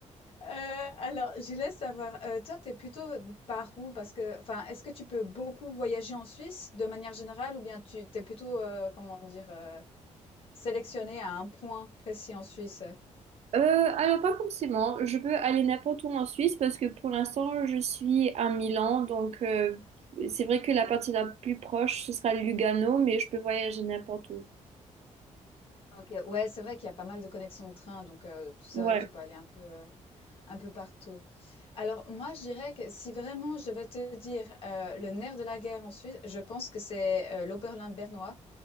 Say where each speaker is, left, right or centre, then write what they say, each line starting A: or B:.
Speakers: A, on the left (about 50°); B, on the right (about 60°).
A: Euh, alors, je laisse savoir. Euh, toi, t'es plutôt par où? Parce que, enfin, est-ce que tu peux beaucoup voyager en Suisse de manière générale ou bien tu t'es plutôt euh, comment dire euh, sélectionné à un point précis en Suisse?
B: Euh, alors pas forcément, je peux aller n'importe où en Suisse parce que pour l'instant je suis à Milan, donc euh, c'est vrai que la partie la plus proche ce sera Lugano, mais je peux voyager n'importe où.
A: OK, ouais, c'est vrai qu'il y a pas mal de connexions de train, donc heu, tu c'est
B: Ouais,
A: vrai que tu peux aller un peu, heu, un peu partout. Alors moi, je dirais que si vraiment je devais te dire, heu, le nerf de la guerre en Suisse, je pense que c'est, heu, l'Oberland bernois.